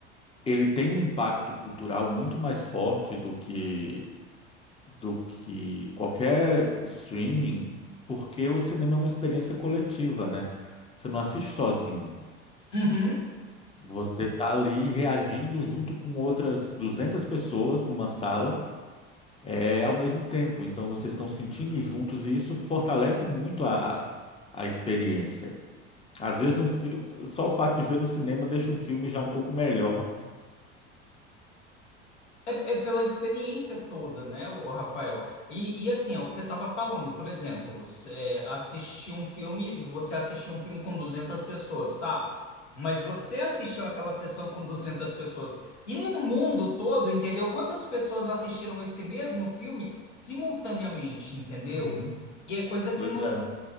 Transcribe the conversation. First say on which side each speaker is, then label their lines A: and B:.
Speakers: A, on the left; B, on the left.
A: ele tem um impacto cultural muito mais forte do que do que qualquer streaming, porque o cinema é uma experiência coletiva, né? Você não assiste sozinho.
B: Uhum.
A: Você tá ali reagindo junto com outras 200 pessoas numa sala, é ao mesmo tempo. Então vocês estão sentindo juntos e isso fortalece muito a, a experiência. Às
B: Sim,
A: vezes um fi- só o fato de ver no cinema deixa um filme já um pouco melhor.
B: É, é pela experiência toda, né, o Rafael? E, e assim, é o que você estava falando, por exemplo, s- é, assistir um filme, você assistiu um filme com duzentas pessoas, tá? Mas você assistiu aquela sessão com 200 pessoas. E no mundo todo, entendeu? Quantas pessoas assistiram esse mesmo filme simultaneamente, entendeu?
A: Uhum.
B: E é coisa que
A: Pois
B: não,
A: é.